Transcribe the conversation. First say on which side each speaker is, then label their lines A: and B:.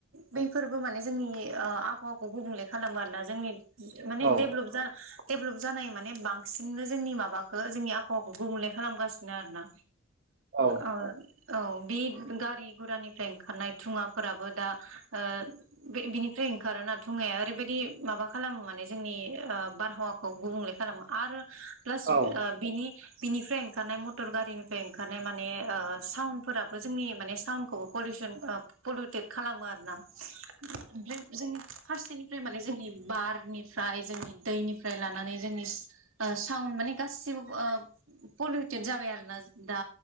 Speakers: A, on the right; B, on the right.
A: बैफोरबो माने जोंनि आबहावाखौ गुबुंले खालामो आरो ना जोंनि माने
B: औ
A: देभेलप देभलप जानाय माने बां सिननो जोंनि माबाखौ जोंनि आबहावाखौ गुबुंले खालामगासिनो आरोना।
B: औ
A: ओ औ बे गारि गुरानिफ्राय ओंखारनाय थुङाफोराबो दा ओ बे बिनिफ्राय ओंखारोना थुङाया ओरैबायदि माबा खालामो माने जोंनि बारहावाखौ गुबुंले खालामो। आरो प्लास
B: औ
A: बिनि बिनिफ्राय ओंखारनाय मटर गारिनिफ्राय ओंखारनाय माने साउन्डफोराबो जोंनि माने साउन्डखौबो पलिउसन पलिउटेट खालामो आरोना ओमफ्राय जों फारसे ओमफ्राय माने जोंनि बारनिफ्राय जोंनि दैनिफ्राय लानानै जोंनि साउन्ड माने गासिबो ओ पलिउटेद जाबाय आरोना दा